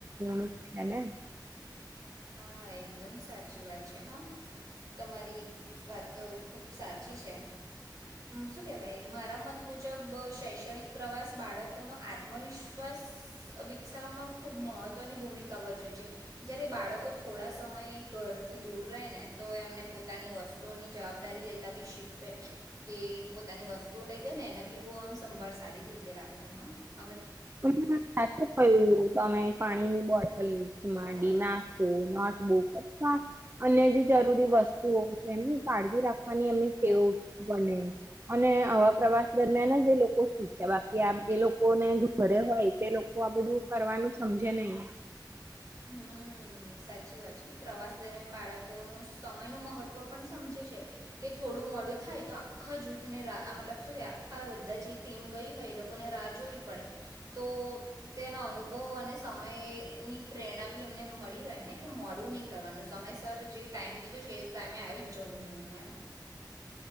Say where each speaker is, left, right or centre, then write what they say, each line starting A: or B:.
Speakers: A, on the right; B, on the right.
A: નું છે ને?
B: હા એકદમ સાચી વાત છે હહ. તમારી વાત તો ખુબ સાચી છે. શું કેવાય મારા મત મુજબ શૈક્ષણિક પ્રવાસ બાળકોનો આત્મવિશ્વાસ વિકસાવવામાં ખૂબ મહત્ત્વની ભૂમિ કા ભજવે છે. જયારે બાળક તો થોડા સમય ઘરથી દૂર રહે ને તો એમને પોતાની વસ્તુઓની જવાબદારી લેતા બી શીખ ખવે કે પોતાની વસ્તુઓ લઈ ગય ને એને બી બહુ આમ સંભાળ સારી રીતે રાખતે હહ
A: બધી વાત સાચી છે તમે પાણીની બો ટલ માંડી નાખો, નોટબુક <inaudible> અન્ય જે જરૂરી વસ્તુઓ છે. એમની કાળજી રાખવાની એમની ટેવ બને અને આવા પ્રવાસ દરમિયાન જ એ લોકો શીખે બાકી આ એ લોકોને જે ઘરે હોય તે લોકો આ બધું કરવાનું સમજે નહીં.
B: હમ સાચી વાત છે. પ્રવાસ દરમિયાન બાળકોનું સમયનું મહત્ત્વ પન સમજે છે. કે થોડું મોડું થાય તો આખા જૂથને મતલબ શું કેવાય આખા બધા જે ટીમ ગઈ હોય એ લોકોને રાહ જોવી પડે તો તેનો અનુભવ અને સમયની પ્રેરણા બી એમને મળી રહે ને કે મોડું નહીં કરવાનું. સમયસર જે ટાઈમ કીધો છે એ જ ટાઈમે આવી જ જવું. જોઈએ એમ. <inaudible>